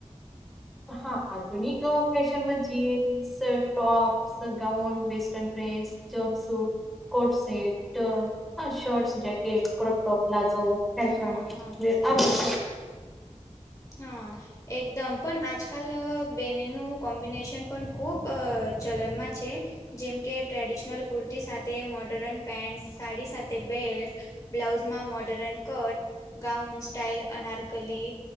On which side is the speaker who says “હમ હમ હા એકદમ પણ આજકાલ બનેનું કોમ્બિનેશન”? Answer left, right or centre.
Left